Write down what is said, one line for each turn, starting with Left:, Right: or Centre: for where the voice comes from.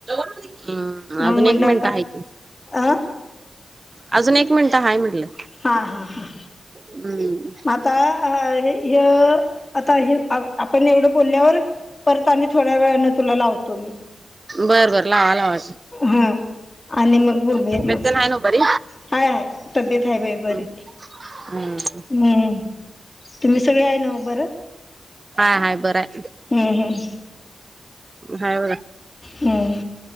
Right: हं.
Left: मग
Right: अजून
Left: म्हटलं
Right: एक
Left: आता
Right: मिनटं आहे की.
Left: अ
Right: अजून एक मिनिटं हाय म्हटलं.
Left: हा. हा.
Right: हम्म.
Left: म आता अ ह्य, आता आपण एवढं बोलल्यावर- परत आणि थोड्या वेळाने तुला लावतो मी.
Right: बरं बरं. लावा लावा.
Left: हा आणि मग बोलूया
Right: तब्बेत
Left: मग
Right: तेन आहे ना बरी?
Left: हाय हाय तब्येत आहे बाई बरी
Right: हम्म.
Left: हम्म. तुम्ही सगळे आहे नव्ह बरं?
Right: हाय हाय बरंय.
Left: हम्म.
Right: हाय
Left: हम्म. हम्.